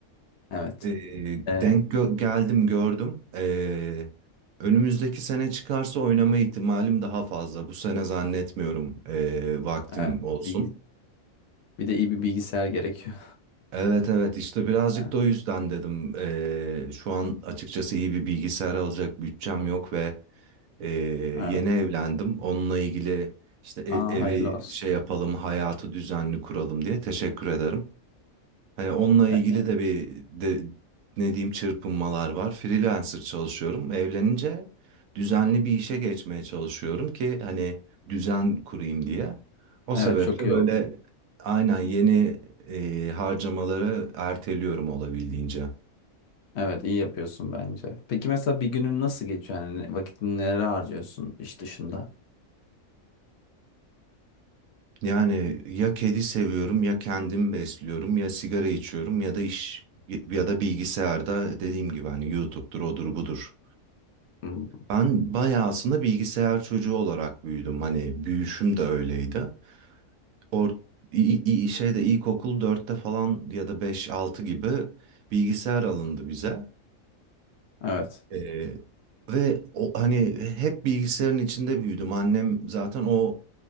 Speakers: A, on the left; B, on the right.
A: Evet.
B: Ee,
A: E,
B: denk gö- geldim gördüm. Ee, önümüzdeki sene çıkarsa oynama ihtimalim daha fazla. Bu sene zannetmiyorum ee, vaktim
A: evet.
B: olsun.
A: Bilgi- bir de iyi bir bilgisayar gerekiyor.
B: Evet evet işte
A: <laughs>
B: birazcık
A: E,
B: da o yüzden dedim. Ee, şu an açıkçası iyi bir bilgisayar alacak bütçem yok ve ee,
A: Evet.
B: yeni evlendim. Onunla ilgili işte e-
A: Aa
B: evi
A: hayırlı olsun.
B: şey yapalım, hayatı düzenli kuralım diye teşekkür ederim. Hani onunla ilgili
A: Evet, evet
B: de bir de, ne diyeyim çırpınmalar var. Freelancer çalışıyorum. Evlenince düzenli bir işe geçmeye çalışıyorum ki hani düzen kurayım diye. O
A: Evet,
B: sebeple
A: çok iyi
B: böyle
A: oldu.
B: aynen yeni e, harcamaları erteliyorum olabildiğince.
A: Evet iyi yapıyorsun bence. Peki mesela bir günün nasıl geçiyor? Yani ne- vakitini nereye harcıyorsun iş dışında?
B: Yani ya kedi seviyorum ya kendim besliyorum ya sigara içiyorum ya da iş ya da bilgisayarda dediğim gibi hani YouTube'dur odur budur.
A: Hmm.
B: Ben bayağı aslında bilgisayar çocuğu olarak büyüdüm. Hani büyüşüm de öyleydi. Or i- i- şeyde ilkokul 4'te falan ya da beş altı gibi bilgisayar alındı bize.
A: Evet
B: Ee, ve o, hani hep bilgisayarın içinde büyüdüm. Annem zaten o